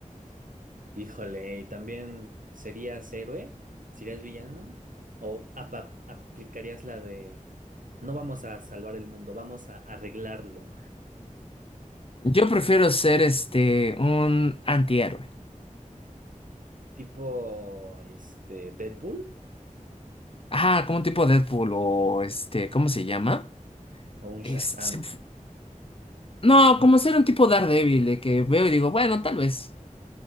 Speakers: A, on the right; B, on the left.
A: Híjole, ¿y también serías héroe? ¿Serías villano? ¿O apa- aplicarías la de no vamos a salvar el mundo, vamos a arreglarlo?
B: Yo prefiero ser este un antihéroe.
A: Tipo, este, Deadpool
B: Ajá, como un tipo Deadpool o este, ¿cómo se llama?
A: o un
B: Este,
A: Shazam.
B: se me fu- no, como ser un tipo Daredevil de que veo y digo, bueno, tal vez.